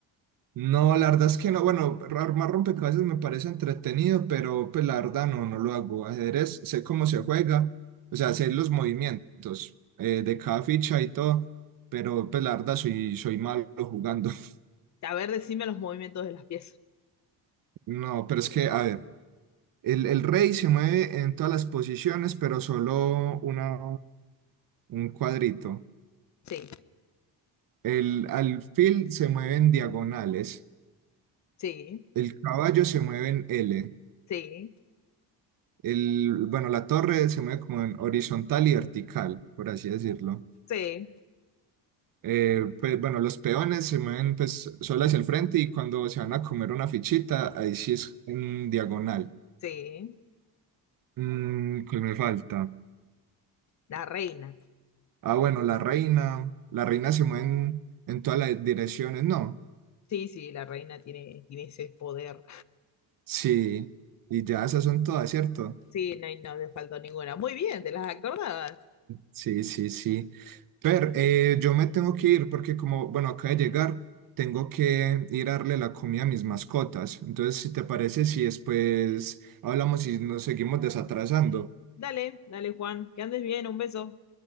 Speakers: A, on the right; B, on the left.
A: No, la verdad es que no. Bueno, armar rompecabezas me parece entretenido, pero pues la verdad no, no lo hago. Ajedrez, sé cómo se juega, o sea, sé los movimientos eh, de cada ficha y todo, pero pues la verdad soy, soy malo jugando. <laughs>
B: A ver, decime los movimientos de las piezas.
A: No, pero es que, a ver, el, el rey se mueve en todas las posiciones, pero solo una, un cuadrito.
B: Sí,
A: El alfil se mueve en diagonales,
B: sí,
A: el caballo se mueve en L.
B: sí,
A: El, bueno, la torre se mueve como en horizontal y vertical, por así decirlo.
B: sí.
A: Eh, pues bueno, los peones se mueven pues solo hacia el frente y cuando se van a comer una fichita, ahí sí es en diagonal.
B: Sí,
A: Mm, ¿qué me falta?
B: la reina.
A: Ah, bueno, la reina. La reina se mueve en, en todas las direcciones, ¿no?
B: Sí, sí, la reina tiene, tiene ese poder.
A: Sí. Y ya esas son todas, ¿cierto?
B: Sí, no, hay- no le faltó ninguna. Muy bien, te las acordabas.
A: Sí, sí, sí. Pero eh, yo me tengo que ir porque como, bueno, acaba de llegar, tengo que ir a darle la comida a mis mascotas. Entonces, si te parece, si después hablamos y nos seguimos desatrasando,
B: Dale, dale, Juan, que andes bien, un beso.